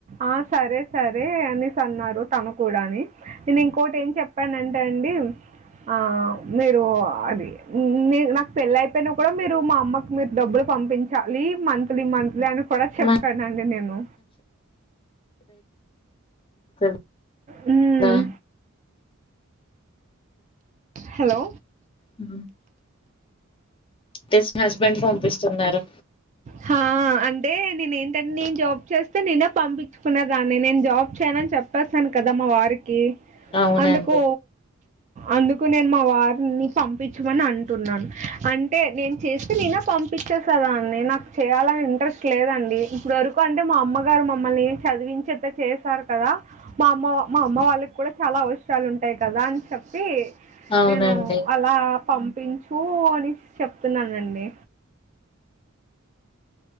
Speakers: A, on the right; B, on the left.
A: ఆ సరే సరే అనేసి అన్నారు. తను కూడా అని నేను ఇంకోటి ఏం చెప్పాన అంటే అండి ఆ మీరు అది నాకు పెళ్లి అయిపోయినా కూడా మీరు మా అమ్మకు మీరు డబ్బులు పంపించాలి. మంత్లీ మంత్లీ అని తర్వాత చెప్తానండి
B: మంచి
A: నేను
B: ఆ
A: హ్మ్. హలో
B: హ బెస్ట్ హస్బెండ్ పంపిస్తున్నారు
A: హా అంటే నేను ఏంటంటే నేను జాబ్ చేస్తే నేనే పంపించుకున్న దాన్ని నేను జాబ్ చేయానని చెప్పేస్తాను కదా మా వారికి
B: అవునండి
A: అందుకు అందుకు నేను మా వారు పంపించమని అంటున్నాను అంటే నేను చే నినా పంపించేస్తు కదా అండి నాకు చేయాలని ఇంట్రెస్ట్ లేదండి ఇప్పుడు వరకు అంటే మా అమ్మగారు మమ్మ చదివించేంత చేసారు కదా మా అమ్మ మా అమ్మ వాళ్ళకి కూడా చాలా అవసరాలు ఉంటాయి కదా అని చెప్పి
B: అవునండి
A: నేను అలా పంపించు అని చెప్తున్నానండి డి